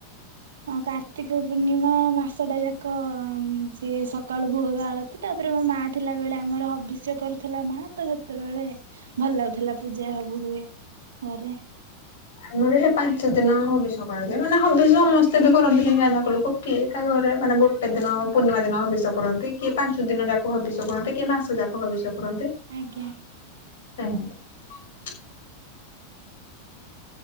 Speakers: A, on the right; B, on the left.
A: ହଁ କାର୍ତ୍ତିକ ପୂର୍ଣ୍ଣିମା ମାସ ଟା ଯାକ ଉଁ ସିଏ ସକାଳୁ ଭୋରୁ ଆଳତି ଟା ତ <unintelligible> ମୋ ମା ଥିଲା ବଳେ ଆମର ହବିଷ୍ୟ କରୁଥିଲା ମା ତ ସେତେବେଳେ ଭଲ ଲାଗୁଥିଲା ପୂଜା ହବୁ ହୁଏ ଘରେ
B: ଆମର ଏଠି ପାଞ୍ଚ ଦିନ ହବିଷ କରାଯାଏ ମାନେ ହବିଷ ସମସ୍ତେ ବି କରନ୍ତି ଗାଁ ଯାକ ଲୋକ କିଏ କାହା ଘରେ ମାନେ ଗୋଟେ ଦିନ ପୂର୍ଣ୍ଣିମା ଦିନ ହବିଷ କରନ୍ତି କିଏ ପାଞ୍ଚ ଦିନ ଯାକୁ ହବିଷ କରନ୍ତି କିଏ ମାସ ଯାକ ହବିଷ କରନ୍ତି ସେମିତି
A: ଆଜ୍ଞା